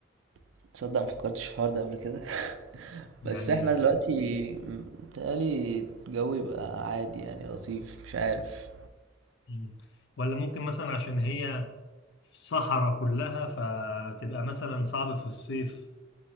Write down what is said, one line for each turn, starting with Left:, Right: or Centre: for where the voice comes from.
Right: <laughs> تصدق مفكرتش في الحوار ده قبل كده <laughs>
Left: يعني
Right: بس احنا دلوقتي متهيألي الجو يبقى عادي يعني لطيف مش عارف
Left: مم. ولا ممكن مثلا عشان هي في صحراء كلها فتبقى مثلا صعب في الصيف